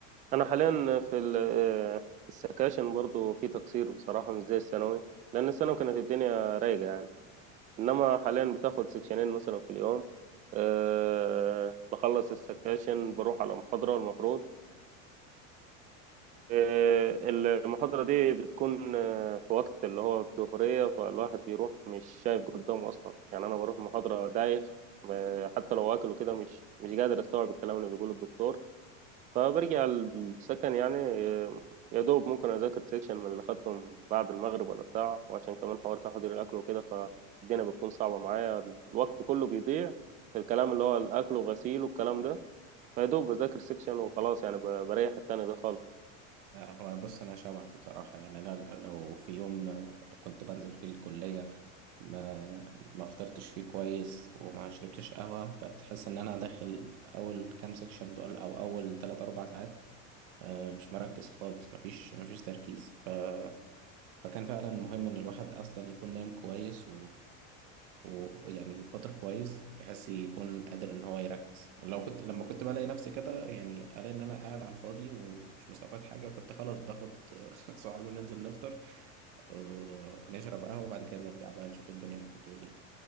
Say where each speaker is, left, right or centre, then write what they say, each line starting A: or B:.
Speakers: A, on the right; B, on the right.
A: انا حاليا في ال- في السكاشن برضو في تقصير بصراحه مش زي الثانوي لان الثانوي كانت الدنيا رايقه يعني انما حاليا بتاخد سكشنين مثلا في اليوم أه بخلص السكاشن بروح على محاضره المفروض أه المحاضره دي بتكون آه، في وقت اللي هو الظهريه فالواحد بيروح مش شايف قدامه اصلا يعني انا بروح محاضره دايخ آه، حتى لو واكل وكده مش مش قادر استوعب الكلام اللي بيقوله الدكتور فبرجع السكن يعني آه، يا دوب ممكن أذاكر سيكشن من اللي خدتهم بعد المغرب ولا بتاع وعشان كمان حوار تحضير الأكل وكده فالدنيا بتكون صعبة معايا الوقت كله بيضيع في الكلام اللي هو الأكل وغسيل والكلام ده فيا دوب بذاكر سيكشن وخلاص يعني ب- بريح التاني ده خالص
B: آه، هو أنا بص أنا شبهك بصراحة يعني أنا لو في يوم آه، كنت بنزل فيه الكلية ما ما فطرتش فيه كويس وما شربتش قهوة بتحس إن أنا داخل أول كام سكشن دول أو أول تلات أربع ساعات آه، مش مركز خالص مفيش مفيش تركيز ف... فكان فعلا مهم إن الواحد أصلا يكون نايم كويس ويعني فترة كويس بحيث يكون قادر إن هو يركز لو كنت لما كنت بلاقي نفسي كده يعني ألاقي إن أنا قاعد على الفاضي ومش مستفاد حاجة كنت خلاص باخد <laughs> صحابي وننزل نفطر آه، نشرب قهوة وبعد كده نرجع بقى نشوف الدنيا بتقول إيه